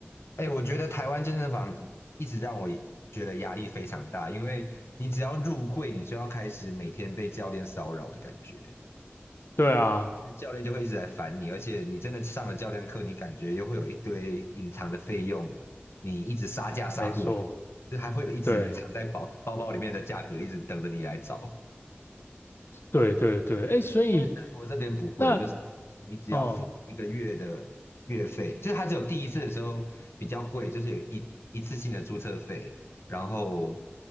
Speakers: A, on the left; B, on the left.
A: 哎，我觉得台湾健身房一直让我觉得压力非常大，因为你只要入会，你就要开始每天被教练骚扰的感觉。
B: 对啊，
A: 是教练就会一直来烦你，而且你真的上了教练课，你感觉又会有一堆隐藏的费用，你一直杀价杀不完，
B: 没错，
A: 就还会有一直藏在包包包里面的价格，
B: 对，
A: 一直等着你来找。
B: 对对对，哎，所以
A: 但我这边不会，
B: 那，
A: 就是你只要付一个月的月费，
B: 哦，
A: 就是它只有第一次的时候比较贵，就是有一一次性的注册费，然后